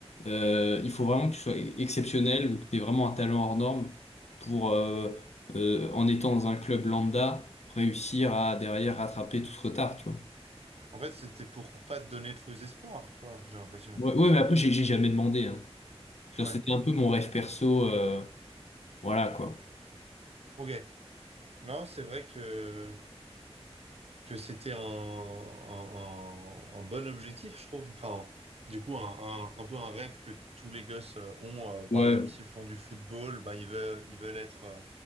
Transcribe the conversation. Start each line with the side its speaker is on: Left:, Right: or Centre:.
Left: euh, il faut vraiment que tu sois exceptionnel ou que t'aies vraiment un talent hors norme pour, euh, euh, en étant dans un club lambda, réussir à derrière rattraper tout ce retard, tu vois.
Right: En fait, c'était pour pas te donner de faux espoirs, quoi, j'ai l'impression,
Left: Ouais, ouais,
Right: aussi.
Left: mais après, j'ai j'ai jamais demandé, hein. Genre,
Right: Ouais,
Left: c'était un peu mon rêve perso, euh, voilà quoi.
Right: ok. Non, c'est vrai que... que c'était un, un, un- un bon objectif, je trouve. Enfin, du coup, un, un, un peu un rêve que tous les gosses euh, ont. Euh, par
Left: Ouais.
Right: exemple, s'ils font du football, bah, ils veulent, ils veulent être euh,